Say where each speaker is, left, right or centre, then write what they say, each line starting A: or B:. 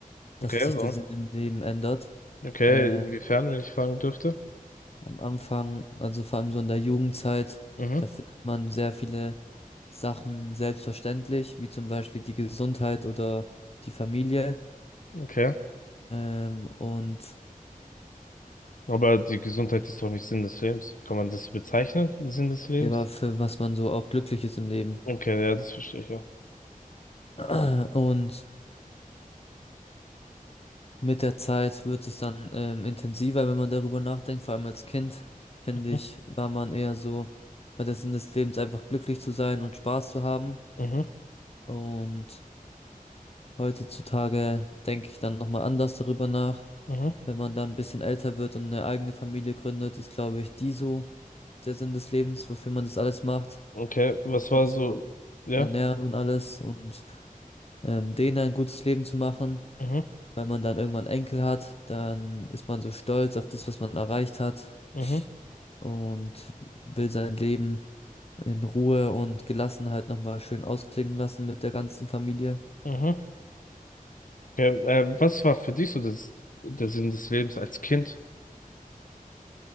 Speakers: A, on the left; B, on the left.
A: dass
B: Okay,
A: sich
B: warum?
A: der Sinn im Leben ändert.
B: Okay,
A: Äh,
B: inwiefern, wenn ich fragen dürfte?
A: Am Anfang, also vor allem so in der Jugendzeit,
B: Mhm.
A: da findet man sehr viele Sachen selbstverständlich, wie zum Beispiel die Gesundheit oder die Familie,
B: Okay.
A: ähm, und
B: Aber die Gesundheit ist doch nicht Sinn des Lebens. Kann man das so bezeichnen? Sinn des Lebens?
A: ja, für was man so auch glücklich ist im Leben.
B: Okay, ja, das verstehe ich ja.
A: <clears throat> Und mit der Zeit wird es dann ähm, intensiver, wenn man darüber nachdenkt. Vor allem als Kind, finde
B: Mhm.
A: ich, war man eher so bei der Sinn des Lebens einfach glücklich zu sein und Spaß zu haben.
B: Mhm.
A: Und Heutzutage denke ich dann nochmal anders darüber nach.
B: Mhm.
A: Wenn man dann ein bisschen älter wird und eine eigene Familie gründet, ist, glaube ich, die so der Sinn des Lebens, wofür man das alles macht,
B: Okay, was
A: um
B: war
A: die zu
B: so? Ja.
A: ernähren und alles und ähm, denen ein gutes Leben zu machen.
B: Mhm.
A: Wenn man dann irgendwann Enkel hat, dann ist man so stolz auf das, was man erreicht hat
B: Mhm.
A: und will sein Leben in Ruhe und Gelassenheit nochmal schön ausklingen lassen mit der ganzen Familie.
B: Mhm. Ja, äh, was war für dich so das, der Sinn des Lebens als Kind,